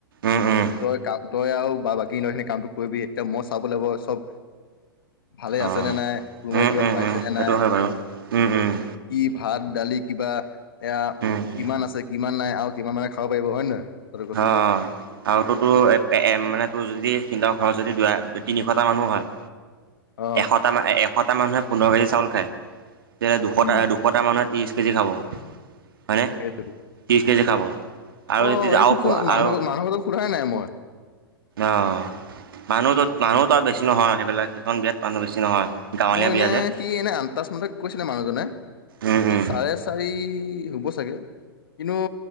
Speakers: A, on the right; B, on the left.
A: উম উম
B: তই কাম তই আৰু বা বাকী খিনি কামটো কৰিবি এতিয়া মই চাব লাগিব চব ভালে
A: অ
B: আছেনে নাই, কোনোবাই
A: উম
B: কিবা
A: উম
B: পাইছে
A: উম
B: নে
A: সেইটো
B: নাই।
A: হয় বাৰু উম উম
B: কি ভাত দালি কিবা এয়া
A: উম উম
B: কিমান আছে কিমান নাই আৰু কিমানে খাব পাৰিব হয় নে নহয়। তই কচোন
A: হ'।
B: তই
A: আৰুতো তোৰ এ, মানে তোৰ যদি সিনতৰ ঘৰত যদি দু তিনিশটা মানুহ হয়।
B: অ
A: এশটা মা এশটা মানুহে পোন্ধৰ কেজি চাউল খায়, এতিয়া দুশটা
B: উম
A: দু দুশটা মানুহে ত্ৰিছ কেজি খাব, হয়নে।
B: সেইটোতো।
A: ত্ৰিশ কেজি খাব। আৰু
B: অ' <unintelligible>
A: যদি আৰু
B: মানুহ
A: আৰু
B: মানুহ <unintelligible> সোধাই নাই মই।
A: অ' মানুহতো মানুহো তাত বেছি নহয় সেইবিলাক সিখন বিয়াত মানুহ বেছি নহয়। গাঁৱলীয়া
B: মোৰ এনে
A: বিয়া যে
B: সি এনে আনটাচ মতে কৈছিলে মানুহজনে,
A: উম
B: এ,
A: উম
B: চাৰে চাৰি হ'ব চাগ, কিন্তু